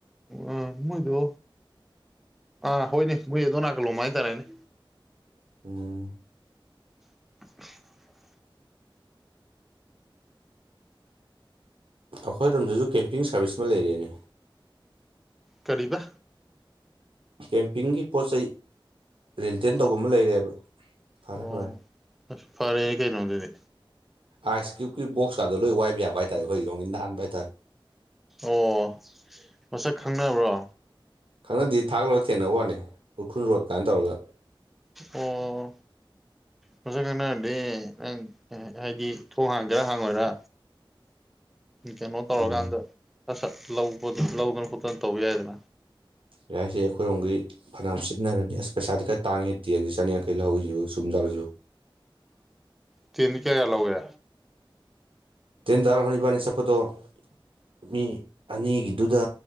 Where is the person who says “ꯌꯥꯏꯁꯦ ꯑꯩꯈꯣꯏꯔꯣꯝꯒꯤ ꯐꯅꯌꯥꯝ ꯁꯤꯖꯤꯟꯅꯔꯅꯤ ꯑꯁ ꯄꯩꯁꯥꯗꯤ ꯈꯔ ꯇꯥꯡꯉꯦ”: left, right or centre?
Right